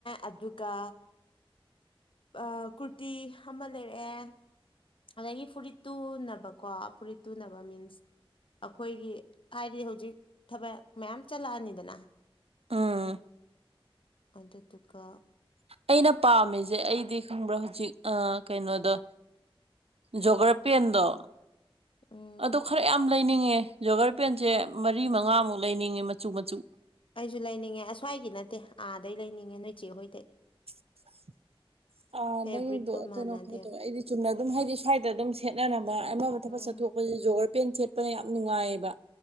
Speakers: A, on the left (about 60°); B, on the right (about 90°).
A: ꯑꯗꯨꯒ ꯑ ꯀꯨꯔꯇꯤ ꯑꯃ ꯂꯩꯔꯛꯑꯦ ꯑꯗꯒꯤ ꯐꯨꯔꯤꯠ ꯇꯨꯅꯕ ꯀꯣ ꯎꯄꯔꯤꯠ ꯇꯨꯅꯕ ꯃꯤꯟꯁ ꯑꯩꯈꯣꯏꯒꯤ ꯍꯥꯏꯗꯤ ꯍꯧꯖꯤꯛ ꯊꯕꯛ ꯃꯌꯥꯝ ꯆꯠꯂꯛꯑꯅꯤꯗꯅ
B: ꯑꯥ
A: ꯑꯗꯗꯨꯒ
B: ꯑꯩꯅ ꯄꯥꯝꯃꯤꯁꯦ ꯑꯩꯗꯤ ꯈꯪꯕ꯭ꯔꯣ ꯍꯧꯖꯤꯛ ꯑ ꯀꯩꯅꯣꯗꯣ ꯖꯣꯒ꯭ꯔꯥꯐꯤ ꯑꯟꯗꯣ
A: ꯎꯝ
B: ꯑꯗꯣ ꯈꯔ ꯌꯥꯝ ꯂꯩꯅꯤꯡꯉꯦ ꯖꯣꯒꯔ ꯄꯦꯟꯁꯦ ꯃꯔꯤ ꯃꯉꯥꯃꯨꯛ ꯂꯩꯅꯤꯡꯉꯦ ꯃꯆꯨ ꯃꯆꯨ
A: ꯑꯩꯁꯨ ꯂꯩꯅꯤꯡꯉꯦ ꯑꯁ꯭ꯋꯥꯏꯒꯤ ꯅꯠꯇꯦ ꯑꯥꯗꯩ ꯂꯩꯅꯤꯡꯉꯦ ꯅꯣꯏꯆꯦꯍꯣꯏꯗꯩ
B: <unintelligible> ꯑ
A: ꯐꯦꯕ꯭ꯔꯤꯛꯇꯣ
B: ꯅꯪꯗꯣ
A: ꯃꯥꯟꯅꯗꯦꯕ
B: ꯀꯩꯅꯣ ꯈꯔ ꯇꯧ ꯑꯩꯗꯤ ꯆꯨꯝꯅ ꯑꯗꯨꯝ ꯍꯥꯏꯗꯤ ꯁ꯭ꯋꯥꯏꯗ ꯑꯗꯨꯝ ꯁꯦꯠꯅꯔꯅꯕ ꯑꯃꯕꯨ ꯊꯕꯛ
A: ꯎꯝ
B: ꯆꯠꯊꯣꯛꯄꯁꯤ ꯏꯄꯦꯟ ꯁꯦꯠꯄꯅ ꯌꯥꯝ ꯅꯨꯡꯉꯥꯏꯑꯕ